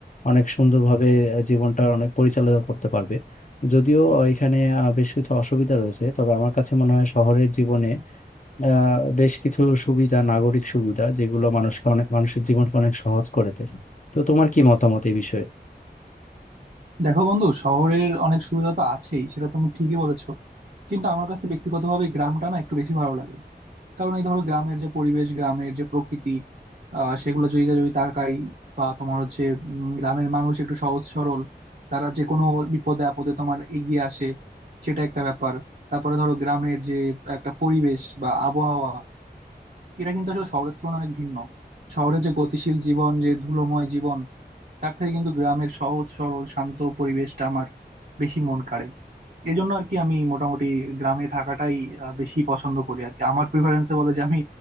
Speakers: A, on the left (about 45°); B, on the right (about 60°).
A: অনেক সুন্দরভাবে আহ, জীবনটা অনেক পরিচালনা করতে পারবে যদিও আহ, এখানে আহ, বেশ কিছু অসুবিধা রয়েছে তবে আমার কাছে মনে হয় শহরের জীবনে আহ, বেশ কিছু সুবিধা নাগরিক সুবিধা যেগুলো মানুষকে অনেক মানুষের জীবনকে অনেক সহজ করে দেয় তো তোমার কি মতামত এই বিষয়ে
B: দেখো বন্ধু শহরের অনেক সুবিধা তো আছেই সেটা তুমি ঠিকই বলেছো কিন্তু আমার কাছে ব্যক্তিগতভাবে গ্রামটা না একটু বেশি ভালো লাগে কারণ এই ধরো গ্রামের যে পরিবেশ গ্রামের যে প্রকৃতি আহ সেগুলো যদি যদি তাকাই বা তোমার হচ্ছে উম, গ্রামের মানুষ একটু সহজ সরল তারা যে কোনো বিপদে আপদে তোমার এগিয়ে আসে সেটা একটা ব্যাপার তারপরে ধরো গ্রামের যে একটা পরিবেশ বা আবহাওয়া এটা কিন্তু আসলে শহরের তুলনায় অনেক ভিন্ন শহরে যে গতিশীল জীবন যে ধুলোময় জীবন তার থেকে কিন্তু গ্রামের সহজ সরল শান্ত পরিবেশটা আমার বেশি মন কাড়ে এই জন্য আর কি আমি মোটামুটি গ্রামে থাকাটাই আহ, বেশি পছন্দ করি আর কি আমার প্রিফারেন্সে বলে যে আমি